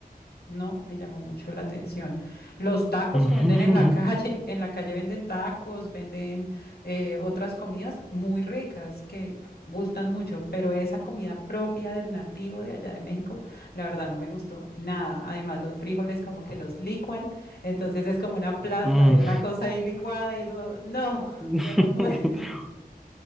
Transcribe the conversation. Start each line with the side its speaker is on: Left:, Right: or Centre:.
Left: no me llamó mucho la atención. Los tacos
Centre: <laughs>
Left: que venden en la <laughs> calle, en la calle venden tacos, venden eh, otras comidas muy ricas que gustan mucho, pero esa comida propia del nativo de allá de México, la verdad no me gustó nada. Además, los frijoles como que los licuan, entonces es como una plasta
Centre: Mm.
Left: de una cosa ahí licuada y eso, no, <laughs>
Centre: <laughs>
Left: yo no pude.